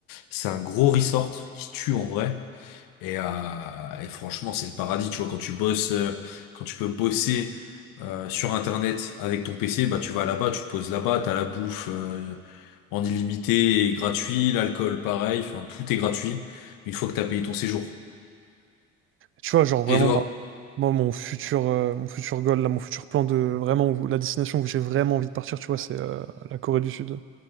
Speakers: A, on the left; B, on the right.
A: C'est un gros resort qui tue en vrai. Et, euh, et franchement, c'est le paradis, tu vois, quand tu bosses, euh, quand tu peux bosser euh, sur Internet avec ton PC, bah tu vas là-bas, tu te poses là-bas, t'as la bouffe euh, en illimité et gratuit, l'alcool pareil, enfin tout est gratuit une fois que t'as payé ton séjour.
B: Tu vois, genre vraiment,
A: Et toi?
B: moi, moi, mon futur, euh, mon futur goal, là, mon futur plan de vraiment où- la destination où j'ai vraiment envie de partir, tu vois, c'est euh, la Corée du Sud.